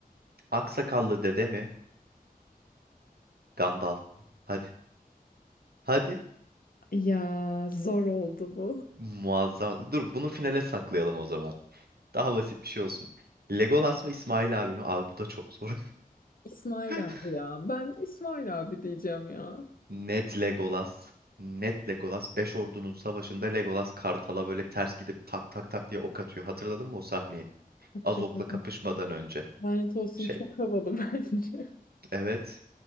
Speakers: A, on the right (about 80°); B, on the left (about 65°).
A: Aksakallı dede mi? Gandalf. Hadi. Hadi.
B: Ya zor oldu bu.
A: Muazzam. Dur bunu finale saklayalım o zaman. Daha basit bir şey olsun. Legolas mı İsmail abi mi? Abi bu da çok zor.
B: İsmail
A: <laughs>
B: abi ya. Ben İsmail abi diyeceğim ya.
A: Net Legolas. Net Legolas. Beş ordunun savaşında Legolas Kartal'a böyle ters gidip tak tak tak diye ok atıyor. Hatırladın mı o sahneyi?
B: Hatırladım.
A: Azok'la kapışmadan önce.
B: Lanet olsun
A: Şey,
B: çok havalı <laughs> bence.
A: evet.